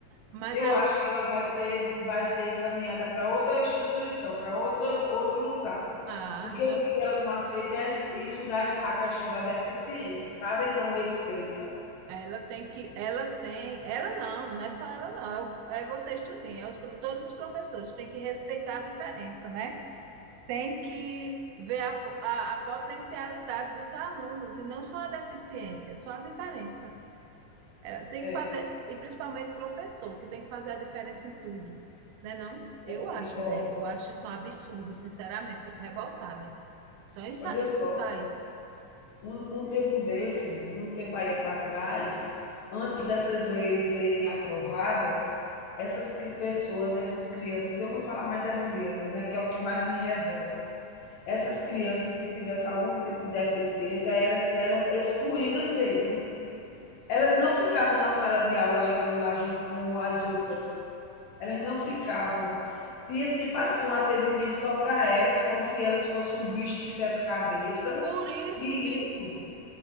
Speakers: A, on the right (about 85°); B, on the left (about 70°).
A: Mas
B: Eu
A: ela,
B: acho que ela vai ser, vai ser encaminhada para outra instituição, para outra, outro lugar.
A: ah,
B: Porque
A: então
B: o que ela não aceita é isso da a questão da deficiência, sabe? E não respeita.
A: Ela tem que, ela tem, ela não, não é só ela não, é, o- é você estudinho, é os, pro- todos os professores têm que respeitar a diferença, né? Tem que ver a, po- a, a potencialidade dos alunos e não só a deficiência, só a diferença. Ela tem
B: É,
A: que fazer, e principalmente o professor, que tem que fazer a diferença em tudo, né não? Eu
B: Assim,
A: acho,
B: ó,
A: mulher, eu acho isso um absurdo, sinceramente, fico revoltada só em sa-
B: olha
A: escutar
B: só,
A: isso.
B: um um tempo desse, um tempo aí para trás, antes dessas leis serem aprovadas, essas cri pessoas, essas crianças eu vou falar mais das crianças, né, que é o que mais me revolta. Essas crianças que tivessem algum tipo de deficiência, elas eram excluídas mesmo. Elas não ficavam na sala de aula regular junto com as outras, elas não ficavam. Tinha tipo assim, um atendimento só para elas, como se elas fossem um bicho de sete cabeças.
A: Por isso
B: E
A: que,
B: isso,